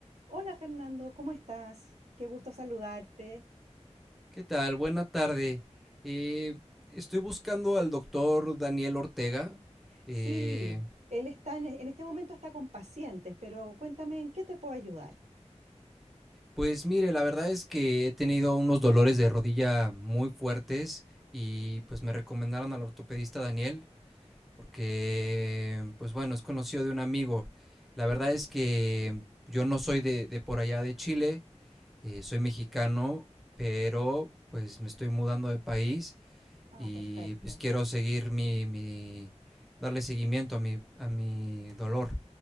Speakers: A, on the right; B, in the centre.
A: Hola Fernando, ¿cómo estás? Qué gusto saludarte.
B: ¿Qué tal? Buena tarde. Eh, estoy buscando al doctor Daniel Ortega. Eh,
A: Sí, él está en, e- en este momento está con pacientes, pero cuéntame en qué te puedo ayudar.
B: pues mire, la verdad es que he tenido unos dolores de rodilla muy fuertes y pues me recomendaron al ortopedista Daniel porque, pues bueno, es conocido de un amigo. La verdad es que yo no soy de, de por allá de Chile, eh, soy mexicano, pero pues me estoy mudando de país
A: Ah,
B: y
A: perfecto.
B: pues quiero seguir mi, mi darle seguimiento a mi, a mi dolor.